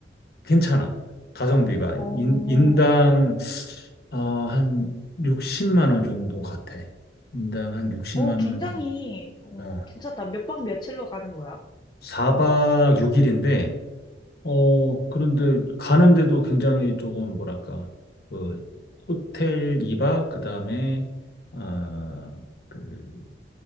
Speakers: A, on the left; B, on the left.
A: 괜찮아. 가성비가
B: 어,
A: 인, 인당 어, 한 60만 원 정도 같아. 인당 한 60만
B: 오, 굉장히
A: 원 정도.
B: 음,
A: 어.
B: 괜찮다. 몇 박 며칠로 가는 거야?
A: 4박 6일인데 어,
B: 응.
A: 그런데 가는데도 굉장히 조금 뭐랄까, 그 호텔 2박, 그다음에 아, 그